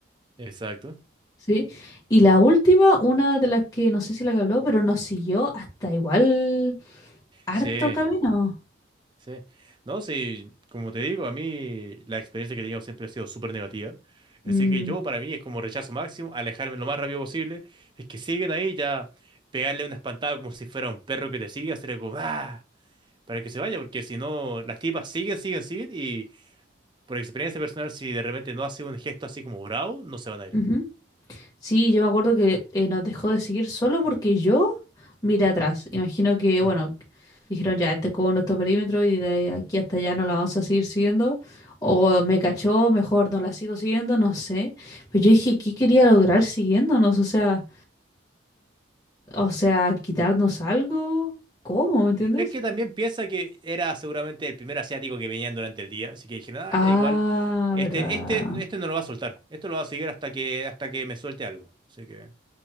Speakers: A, on the right; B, on the left.
A: exacto.
B: Sí. Y la última, una de las que no sé si la que habló, pero nos siguió hasta igual harto
A: Sí.
B: camino.
A: Sí. No, sí, como te digo, a mí la experiencia que he tenido siempre ha sido súper negativa. Así
B: Mm,
A: que yo, para mí, es como rechazo máximo, alejarme lo más rápido posible. Es que siguen ahí, ya pegarle una espantada como si fuera un perro que te sigue, hacerle como ¡ah! para que se vaya, porque si no, las tipas siguen, siguen, siguen. Y por experiencia personal, si de repente no hace un gesto así como bravo, no se van a
B: ujú. Sí, yo me acuerdo que eh, nos dejó de seguir solo porque yo miré atrás. Imagino que, bueno,
A: ir.
B: dijeron ya, este es como nuestro perímetro y de aquí hasta allá no la vamos a seguir siguiendo. O me cachó, mejor no la sigo siguiendo, no sé. Pero yo dije, ¿qué quería lograr siguiéndonos? O sea, o sea, quitarnos algo. ¿Cómo? ¿Me entiendes?
A: Es que también piensa que era seguramente el primer asiático que venían durante el día, así que dijeron, ah,
B: Ah,
A: ya igual, este,
B: ¿verdad?
A: este, este no lo va a soltar, esto lo va a seguir hasta que, hasta que me suelte algo. Así que.